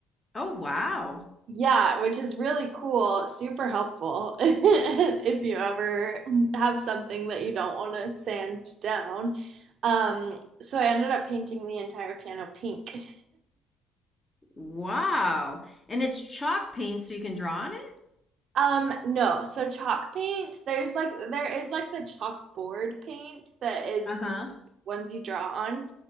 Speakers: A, on the left; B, on the right.
A: Oh, wow.
B: Yeah, which is really cool, super helpful <laughs> if you ever have something that you don't want to sand down. Um, so I ended up painting the entire piano pink.
A: Wow. And it's chalk paint, so you can draw on it?
B: Um, no, so chalk paint, there's like there is like the chalkboard paint that is
A: Uh-huh.
B: ones you draw on.